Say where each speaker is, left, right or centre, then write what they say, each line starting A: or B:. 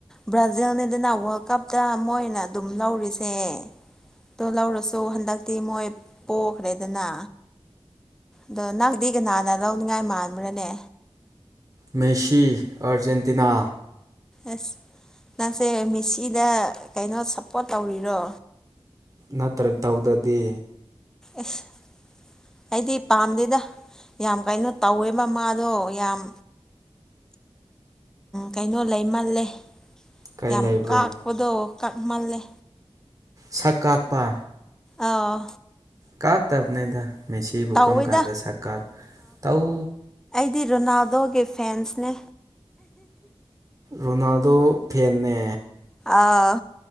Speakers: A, in the centre; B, on the right (about 35°).
A: ꯕ꯭ꯔꯥꯖꯤꯜꯅꯤꯗꯅ ꯋꯥꯔꯜ ꯀꯞꯇ ꯃꯣꯏꯅ ꯑꯗꯨꯝ ꯂꯧꯔꯤꯁꯦ ꯑꯣ ꯂꯧꯔꯁꯨ ꯍꯟꯗꯛꯇꯤ ꯃꯣꯏ ꯄꯣꯛꯈ꯭ꯔꯦꯗꯅ ꯑꯗꯣ ꯅꯪꯗꯤ ꯀꯅꯥꯅ ꯂꯧꯅꯤꯉꯥꯏ ꯃꯥꯟꯕ꯭ꯔꯥꯅꯦ
B: ꯃꯦꯁꯤ ꯑꯔꯖꯦꯟꯇꯤꯅꯥ
A: ꯑꯁ ꯅꯪꯁꯦ ꯃꯦꯁꯤꯗ ꯀꯩꯅꯣ ꯁꯞꯄꯣꯔꯠ ꯇꯧꯔꯤꯔꯣ
B: ꯅꯠꯇ꯭ꯔ ꯇꯧꯗꯗꯤ
A: ꯏꯁꯁ ꯑꯩꯗꯤ ꯄꯥꯝꯗꯦꯗ ꯌꯥꯝ ꯀꯩꯅꯣ ꯇꯧꯋꯦ ꯃꯃꯥꯗꯣ ꯌꯥꯝ ꯀꯩꯅꯣ ꯂꯩꯃꯜꯂꯦ
B: ꯀꯩ
A: ꯌꯥꯝ
B: ꯂꯩꯕ꯭ꯔꯣ
A: ꯀꯥꯛꯄꯗꯣ ꯀꯞ ꯃꯥꯜꯂꯦ
B: ꯁꯛ ꯀꯥꯛꯄ꯫
A: ꯑꯥ
B: ꯀꯥꯛꯇꯝꯅꯤꯗ ꯃꯦꯁꯤꯕꯨ
A: ꯇꯧꯋꯦꯗ
B: ꯀꯝ ꯀꯥꯟꯗ ꯁꯛ ꯀꯥ ꯇꯧ꯫
A: ꯗꯤ ꯔꯣꯅꯥꯜꯗꯣꯒꯤ ꯐꯦꯟꯁꯅꯦ꯫
B: ꯔꯣꯅꯥꯜꯗꯣ ꯐꯦꯟꯅꯦ꯫
A: ꯑꯥ꯫